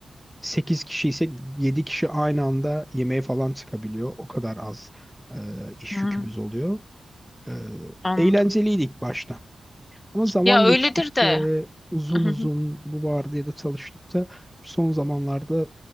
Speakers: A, in the centre; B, on the left.
A: sekiz kişi ise 7 kişi aynı anda yemeğe falan çıkabiliyor. O kadar az e, iş
B: hı hı,
A: yükümüz oluyor. E,
B: anladım.
A: eğlenceliydi ilk başta. Ama zaman
B: Ya öyledir
A: geçtikçe
B: de.
A: uzun
B: Hı hı.
A: uzun bu vardiyada çalıştıkça son zamanlarda